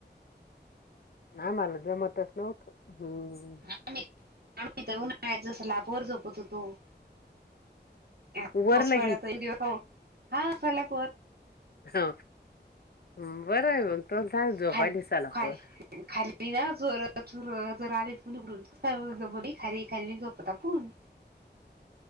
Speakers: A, on the left; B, on the right.
A: आम्हाला जमतच नव्हतं हम्म.
B: आम्ही आम्ही इथ उन्हाळ्यात स्लॅपवर झोपत होतो. हा
A: वर
B: तोच
A: लगी
B: पाडा तेंगी फोन हा झाला फोन.
A: ह बर आहे मग, तुला स झोपा
B: खाली
A: दिससाला
B: खाली
A: पोर.
B: खाली ना जोरत चुरत जर आलेकडून जम खाली खाली झोपत आपण.
A: <inaudible>